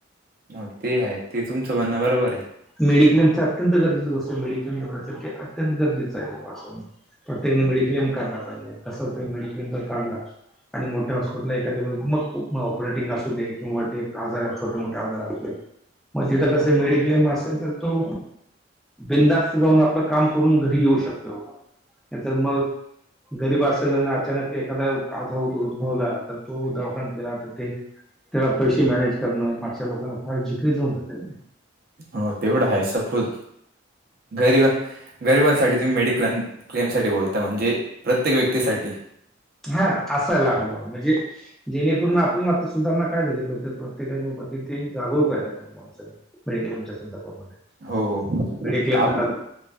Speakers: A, on the right; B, in the centre.
A: हो ते आहे, ते तुमचं म्हण बरोबर आहे.
B: मेडिक्लेम चा अत्यंत गरजेच गोष्ट आहे मेडीक्लेम एवढ्यासाठी अत्यंत गरजेचं आहे बाबा अस प्रत्येकान मेडिक्लेम काढला पाहिजे कसं होतं मेडिक्लेम जर काढला आणि मोठ्या हॉस्पिटल एखाद्या वेळेस मग ऑपरेटिंग असू दे किंवा ते आजार छोटे मोठे आजार अस मग तिथं कस मेडिक्लेम असेल, तर तो बिंदास्त जाऊन आपलं काम करून घरी येऊ शकतो बाबा. नाही तर मग गरीब असेल आणि आत त्यांना ते एखादा आजा उद्भवला तर तो दवाखान्यात गेला तर ते त्याला पैसे मॅनेज करणं मागच्या लोकांना फार जिक्रीच होऊन जाते न ते.
A: हो तेवढा आहे, सपोज गरीबां गरिबांसाठी तुम्ही मेडिक्लेम क्लेमसाठी बोलता म्हणजे प्रत्येक व्यक्तीसाठी
B: हा असायला हव म्हणजे जेणेकरून आपण आता सुधारणा काय झाली पाहिजे प्रत्येका <unintelligible> जागृक रहायला पाहिजे. माणसाने मेडिक्लेमच्या संदर्भामध्ये
A: हो
B: मेडिक्लेम
A: आप